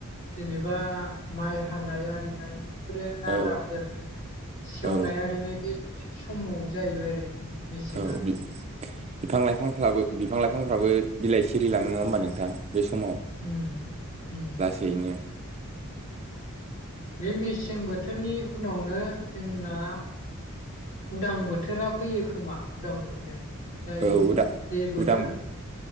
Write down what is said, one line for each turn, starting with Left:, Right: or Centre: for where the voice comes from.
Left: जेनेबा माइ हानाय आरिनाय बेफोरो नाराफोर
Right: औ
Left: सेवनाय
Right: औ
Left: आरिनाय बे समाव जाहैबाय आरोखि। मेसेङा
Right: औ बि बिफां लाइफांफ्राबो बिफां लाइफांफ्राबो बिलाइ सिरि लाङो नङा होमबा नोंथां बे समाव।
Left: उम उम
Right: बेनो।
Left: बे मेसें बोथोरनि उनावनो जोंना उदां बोथोरा फैयो खोमा उदां बोथोर। जाय
Right: औ उदा
Left: जे बोथोर
Right: उदां।